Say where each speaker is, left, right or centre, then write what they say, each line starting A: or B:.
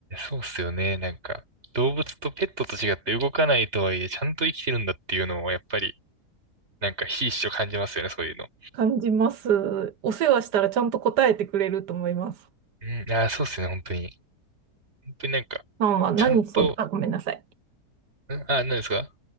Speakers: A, on the right; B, on the right.
A: そうっすよね。なんか、動物とペットと違って動かないとはいえ、ちゃんと生きてるんだっていうのを、やっぱり、なんか、ひしひしと感じますよね、そういうの。
B: 感じます。お世話したらちゃんと答えてくれると思います。
A: うん、あー、そうっすよね、本当に。本当になんか、
B: さんは何そ、
A: ちゃんと、
B: あ、ごめんなさい。
A: んあ、何ですか